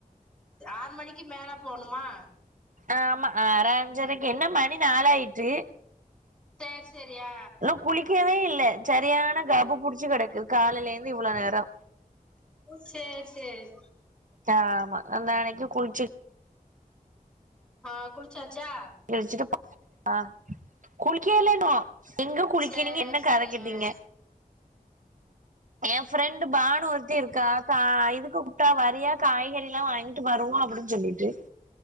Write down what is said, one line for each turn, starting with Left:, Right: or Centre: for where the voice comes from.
Centre: ஆறு மணிக்கு மேல போனுமா
Right: ஆமா ஆறா அஞ்சரைக்கு என்ன மணி நாளாயிட்டு
Centre: சேர் செரியா
Right: இன்னு குளிக்கவே இல்ல சரியான கபு புடிச்சு கெடக்கு காலைல இருந்து இவ்ளோ நேரோ
Centre: சேர் சேர்
Right: தாமா அ நாளைக்கு குளிச்சு
Centre: ஆ குளுச்சாச்சா
Right: <inaudible> ஆ குளிக்கேல்லன்னு எங்க குளுக்குனீங்க
Centre: சேர்
Right: என்ன
Centre: சேரி
Right: கத கேட்டீங்க
Centre: ஆ
Right: எ ஃப்ரெண்டு் பானு ஒருத்தி இருக்கா கா இதுக்கு கூப்ட்டா வறியா காய்கறில்லா வாங்கி ட்டு வருவோ அப்டின் சொல்லிட்டு